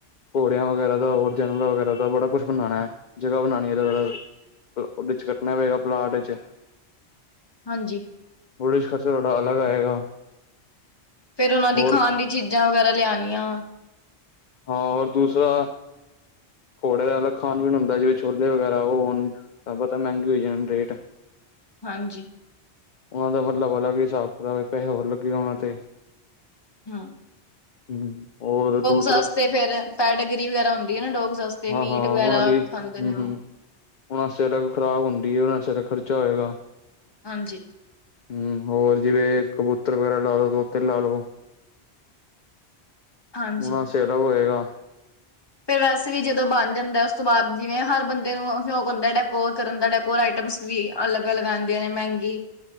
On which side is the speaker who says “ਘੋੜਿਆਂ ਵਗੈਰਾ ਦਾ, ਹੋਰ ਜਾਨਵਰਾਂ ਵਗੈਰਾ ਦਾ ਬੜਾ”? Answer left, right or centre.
Left